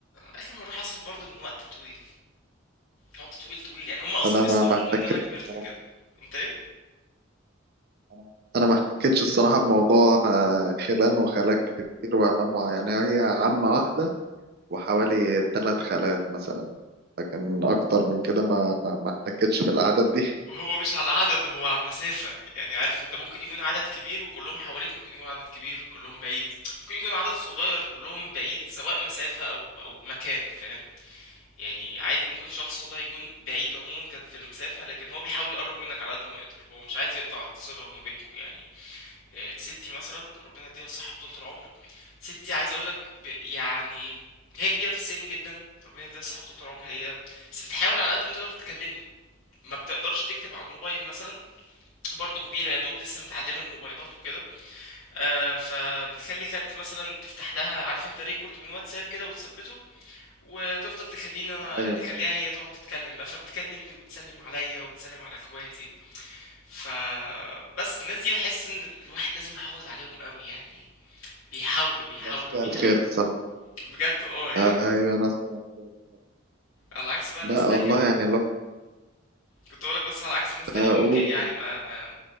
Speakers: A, on the left (about 80°); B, on the right (about 50°).
A: اخر مرة حصل برضه من وقت طويل وقت طويل طويل يعني هم اصلا
B: انا
A: بيستغربوا
B: ما ما احتكتش
A: ان انا كبرت
B: الصراحه
A: كده انت ايه؟
B: انا انا ما احتكتش الصراحه بموضوع آه، خلان وخالات كتير وعمام وع- يعني هي عمه واحده وحوالي ثلاث خالات مثلا لكن اكتر من كده ما ما ما احتكتش بالاعداد دي
A: هو مش على العدد هو على المسافة يعني عارف انت ممكن يكون عدد كبير وكلهم حواليك ممكن يكون عدد كبير كلهم بعيد ممكن يكون عدد صغير كلهم بعيد سواء مسافة او او مكان فاهم يعني عادي ممكن شخص والله يكون بعيد عموما كان في المسافة لكن هو بيحاول يقرب منك على قد ما يقدر هو مش عايز يقطع الصلة ما بينكوا يعني آه، ستي مثلا ربنا يديها الصحة وطولة العمر ستي عايز اقولك ب- يعني هي كبيرة في السن جدا ربنا يديها الصحة وطولة العمر هي بس بتحاول على قد ما تقدر تكلمني ما بتقدرش تكتب على الموبايل مثلا برضو كبيرة يا دوب لسه متعلمة الموبايلات وكده آه فبتخلي خالتي مثلا تفتح لها عارف انت ريكورد من واتساب كده وتثبته وتفضل تخليني انا
B: ايوه
A: تخليها
B: ايوه
A: هي تقعد تتكلم بقى فبتكلمني وتسلم عليا وتسلم على اخواتي فبس الناس دي بحس ان الواحد لازم يحافظ عليهم قوي يعني بيحاولوا بيحاولوا
B: ناس فيها
A: بيحاولوا
B: الخير الصراحه
A: بجد اه يعني
B: ايوه انا أسمع الكلام.
A: على عكس بقى
B: لا
A: ناس تانية
B: والله يعني لو
A: كنت اقولك بس على عكس ناس تانية
B: اقول
A: ممكن يعني ما ما